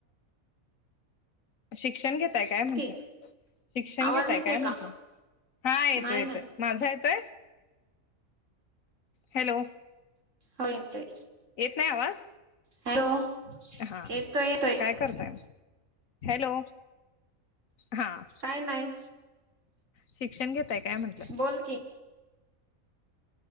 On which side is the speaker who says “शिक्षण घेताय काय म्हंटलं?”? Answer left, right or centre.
Left